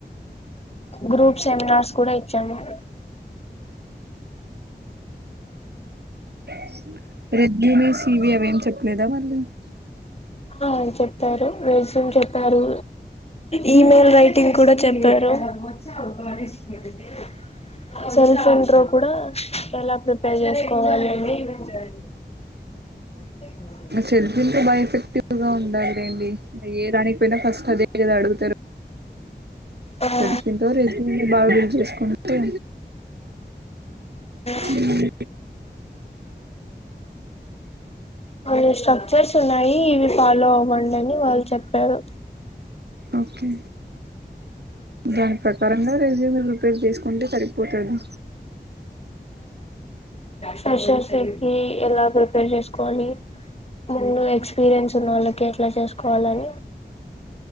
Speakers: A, on the left; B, on the right.
A: గ్రూప్ సెమినార్స్ కూడా ఇచ్చాను <inaudible>
B: <inaudible> రెడ్నునే సీవి అవి ఏం చెప్పలేదా వాళ్ళు <inaudible>
A: ఆ చెప్తారు రెజ్యూమ్ చెప్పారు ఈ మెయిల్ రైటింగ్ కూడా చెప్పారు <unintelligible> సెల్ ఫోన్ తో కూడా ఎలా ప్రిపేర్ చేసుకోవాలీ అండి చాయి కు <inaudible>
B: సెల్ఫిన్ తో బాగా ఎఫెక్టివ్ గా ఉందాం డిండి ఏ రాని వెద ఫస్ట్ అదే గద అడుగుతరు
A: ఆ ఆ
B: సెల్ఫ్ ఇంకా రెస్యూమ్ ని బాగు చెం చేసుకు తే
A: ఆ
B: ఉ
A: అవును ఇష్టం చర్స్ ఉన్నాయి. ఇవి ఫాలో అవ్వండి. అని వాళ్ళు చెప్పారు.
B: ఓకే దాని ప్రకారంగా రెజ్యూమ్ ప్రిపేర్ చేసుకుంటే సరిపోతది
A: ఫ్రెషర్స్ కి ఎలా ప్రిపేర్ చేసుకోవాలి. ముందు ఎక్స్పీరియన్స్ ఉన్న వాళ్ళకి ఎట్లా చేసు కావాలని